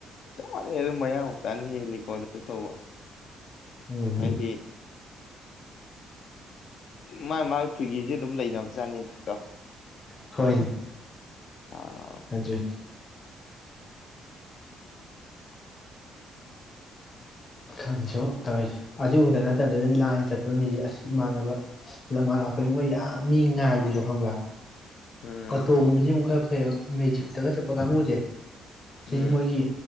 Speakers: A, on the left (about 65°); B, on the left (about 35°).
A: ꯆꯞ ꯃꯥꯟꯅꯩ ꯑꯗꯨ ꯃꯌꯥꯡꯃꯨꯛ ꯆꯥꯅ ꯍꯦꯜꯂꯤꯀꯣ ꯑꯗꯨ ꯇꯧꯕ
B: ꯎꯝ
A: ꯍꯥꯏꯗꯤ ꯃꯥꯥꯏ ꯃꯥꯒꯤ ꯐꯤꯒꯤꯁꯤꯦ ꯑꯗꯨꯝ ꯂꯩꯅꯕ ꯖꯥꯅꯤ ꯊ ꯀ
B: ꯍꯣꯏ
A: ꯑ
B: ꯍꯥꯏꯖꯤ ꯈꯪꯁꯨ ꯇꯧꯔꯤꯁꯦ ꯑꯗꯨ ꯈꯛꯇ ꯅꯠꯇꯗꯗꯤ ꯂꯥꯏ ꯆꯠꯄ ꯃꯤꯁꯦ ꯑꯁ ꯏꯃꯥꯟꯅꯕ ꯂꯝꯃꯥꯟ ꯂꯥꯛꯄꯅꯤ ꯃꯣꯏ ꯌꯥꯝ ꯃꯤ ꯉꯥꯏꯈꯤꯗꯣ ꯈꯪꯕ꯭ꯔꯥ
A: ꯎꯝ
B: ꯑ ꯇꯒ ꯑꯩꯈꯣꯏ ꯃꯦꯖꯤꯞꯇꯒ ꯆꯠꯄ ꯀꯥꯡꯕꯨꯁꯦ
A: ꯎꯝ
B: ꯁꯤ ꯃꯣꯏꯒꯤ